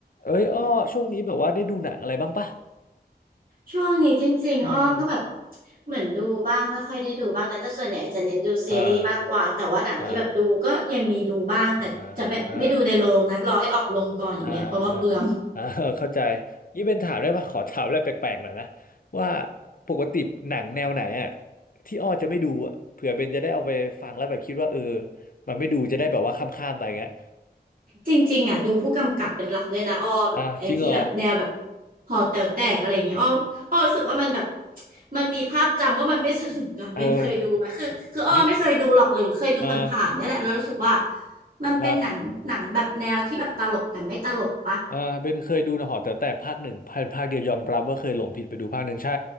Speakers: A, on the left (about 55°); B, on the right (about 55°).
A: เอ้ยอ้อช่วงนี้แบบว่าได้ดูหนังอะไรบ้างปะ
B: ช่วงนี้จริงๆอ้อก็แบบ
A: อืม
B: เหมือนดูบ้างไม่ค่อยได้ดูบ้างนะแต่ส่วนใหญ่จะเน้นดูซีรีส์มากกว่าแต่ว่าหนังที่แบบดูก็ยังมีดูบ้างแต่จะแบบไม่ดูในโรงนะรอให้ออกโรงก่อนอย่างเงี้ยเพราะว่าเปลือง
A: อ่าอ่าอ่าอ่าอ่า <laughs> เข้าใจนี่เป็นถามได้ปะขอถามอะไรแปลกๆหน่อยนะว่าปกติหนังแนวไหนอะที่อ้อจะไม่ดูอะเผื่อเบนจะได้เอาไปฟังแล้วแบบคิดว่าเออมันไม่ดูจะได้แบบว่าข้ามๆไปเงี้ย
B: จริงๆอ่ะดูผู้กำกับเป็นหลักเลยนะอ้อแบบไอ้ที่แบบแนวแบบ
A: อ่ะจริงเหรอ
B: หอแต๋วแตกอะไรอย่างเงี้ยอ้ออ้อรู้สึกว่ามันแบบมันมีภาพจำว่ามันไม่สนุกอะเบนเคยดูไหมคือคืออ้อไม่เคยดูหรอกหรือเคยดูผ่านๆเนี่ยแหละแล้วรู้สึกว่า
A: <laughs> เออมีเออ
B: มันเป็นหนังหนังแบบแนวที่แบบตลกแต่ไม่ตลกปะ
A: ครับ อ่าเบนเคยดูนะหอแต๋วแตกภาคหนึ่งพันภาคเดียวยอมรับว่าเคยหลงผิดไปดูภาคหนึ่งใช่